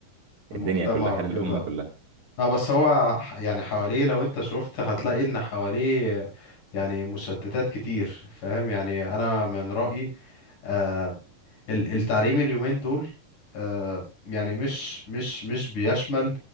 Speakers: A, on the left; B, on the right.
A: المجتمع
B: الدنيا كلها حال
A: وكده
B: الامه كلها
A: اه بس هو ح- يعني حواليه لو انت شفت هتلاقي ان حواليه آه، يعني مشتتات كتير فاهم يعني انا من رأيي آه، ال- التعليم اليومين دول آه، يعني مش مش مش بيشمل